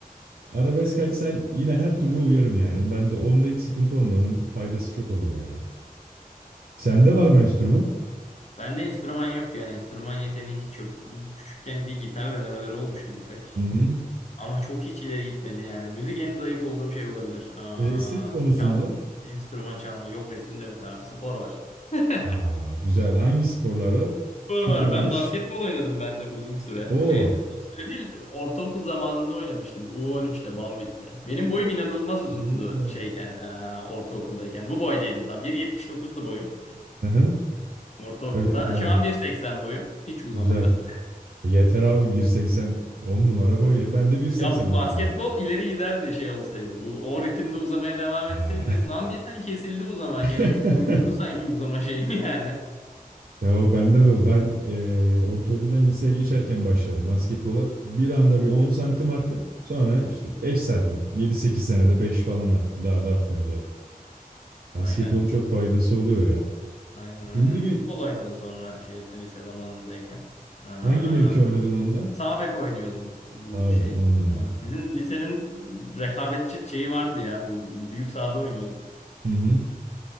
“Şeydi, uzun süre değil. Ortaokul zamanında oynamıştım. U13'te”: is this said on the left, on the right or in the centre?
Left